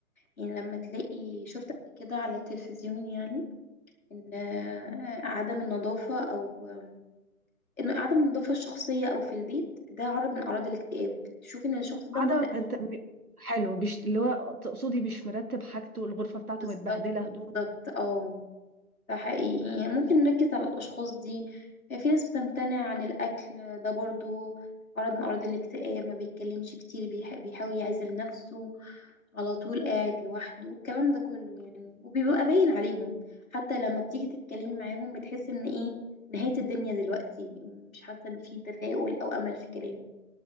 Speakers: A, on the left (about 70°); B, on the right (about 85°).
A: يعني لما تلاقي شفت قبل كده على التلفزيون يعني ان آه، عدم النظافة او آم، ان عدم النظافة الشخصية او في البيت ده عرض من اعراض الاكتئاب تشوف ان الشخص ده
B: عدم
A: مكتئب
B: أنت- م- حلو بيش... اللي هو تقصدي مش مرتب حاجته الغرفة بتاعته
A: بالظبط
B: متبهدلة هدوم
A: بالظبط اه فحقيقي يعني ممكن نركز على الأشخاص دي آه، في ناس بتمتنع عن الأكل ده برضو عرض من أعراض الاكتئاب ما بيتكلمش كتير بيح- بيحاول يعزل نفسه على طول قاعد لوحده الكلام ده كله يعني وبيبقى باين عليهم حتى لما بتيجي تتكلمي معاهم بتحس إن إيه نهاية الدنيا دلوقتي مش حاسة إن في تفاؤل أو أمل في كلامه